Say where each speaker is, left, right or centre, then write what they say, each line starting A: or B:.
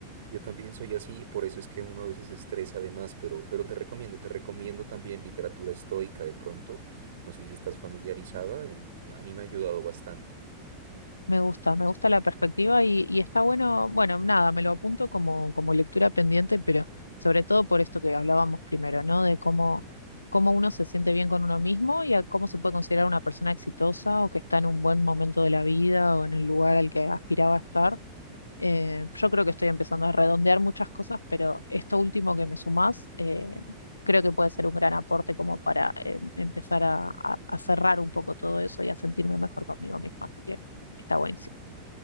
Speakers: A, on the right (about 60°); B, on the left (about 80°).
A: yo también soy así, por eso es que uno a veces se estresa además, pero, pero te recomiendo, te recomiendo también literatura estoica de pronto, no sé si estás familiarizada, eh, a mí me ha ayudado bastante.
B: Me gusta, me gusta la perspectiva y, y está bueno, bueno, nada, me lo apunto como, como lectura pendiente, pero sobre todo por esto que hablábamos primero, ¿no? De cómo, cómo uno se siente bien con uno mismo y a cómo se puede considerar una persona exitosa o que está en un buen momento de la vida o en el lugar al que aspiraba a estar. Eh, yo creo que estoy empezando a redondear muchas cosas, pero esto último que me sumás, eh, creo que puede ser un gran aporte como para eh, empezar a, a a cerrar un poco todo eso y a sentirme mejor conmigo misma. Así que está buenísimo.